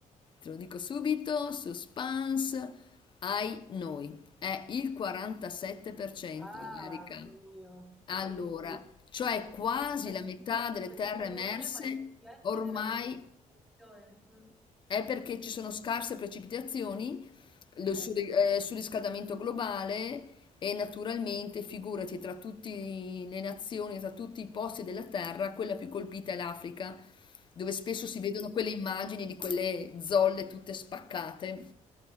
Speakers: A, on the left (about 35°); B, in the centre.
A: Te lo dico subito, suspense, ai noi. È il 47%,
B: Ah,
A: Erika.
B: Dio mio,
A: Allora,
B: che terribile.
A: cioè quasi
B: Eh
A: la
B: sì,
A: metà delle
B: questo
A: terre emerse
B: problema effettivamente
A: ormai
B: della desertificazione. Mm.
A: è perché ci sono scarse precipitazioni lo
B: Eh
A: surri-
B: sì,
A: eh, surriscaldamento globale e naturalmente, figurati, tra tutte le nazioni, tra tutti i posti della Terra, quella più colpita è l'Africa, dove spesso si vedono quelle immagini di quelle zolle tutte spaccate,